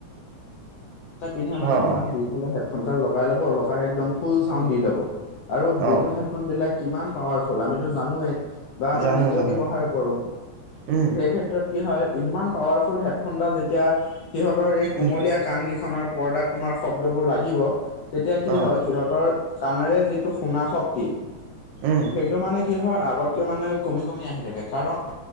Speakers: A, on the left; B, on the right.
A: <unintelligible> পিন্ধা মানে
B: অ
A: ধৰা
B: অ
A: দুটা হেফোনাল লগাই ল'ব, লগাই একম ফুল চাউন
B: উম
A: দিব আৰু বুল্লুটুথ
B: অঁ
A: হেডফোন হেডফোন বিলাক কিমান পাৱাৰফুল আমিতো জানোৱেই। বা আমি
B: জানো
A: নিজেও
B: জানো
A: ব্যৱহাৰ
B: হয়
A: কৰো।
B: উম
A: সেই ক্ষেত্ৰত কি হয়, ইমান পাৱাৰফুল হেডফোনডাল যেতিয়া সিহঁতৰ এই কুমলীয়া
B: উম
A: কাণ কেইখনৰ পৰ্দাত তুমাৰ শব্দ বোৰ লাগিব, তেতিয়া কি
B: অঁ
A: হয় সিহঁতৰ কাণেৰে যিটো শুনা শক্তি
B: উম
A: সেইটো মানে কি হয় আগতকে মানে কমি কমি আহি থাকে। কাৰণ